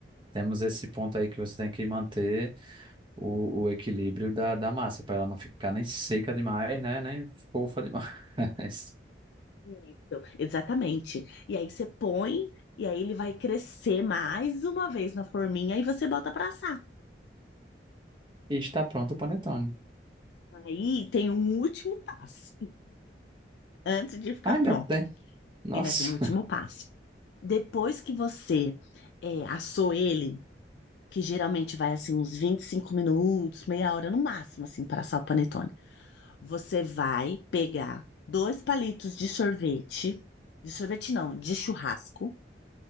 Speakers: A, on the right; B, on the left.
A: temos esse ponto aí que você tem que manter o, o equilíbrio da, da massa, para ela não ficar nem seca demais, né? Nem fofa demais. <laughs>
B: Isso, exatamente. E aí você põe, e aí ele vai crescer mais uma vez na forminha e você bota pra assar.
A: E está pronto o panetone.
B: Aí tem um último passo, antes de ficar
A: Ah, ainda
B: pronto.
A: tem. Nossa,
B: Ainda tem o último
A: <laughs>
B: passo. Depois que você é, assou ele, que geralmente vai assim uns 25 minutos, meia hora no máximo, assim, para assar o panetone. Você vai pegar dois palitos de sorvete, de sorvete não, de churrasco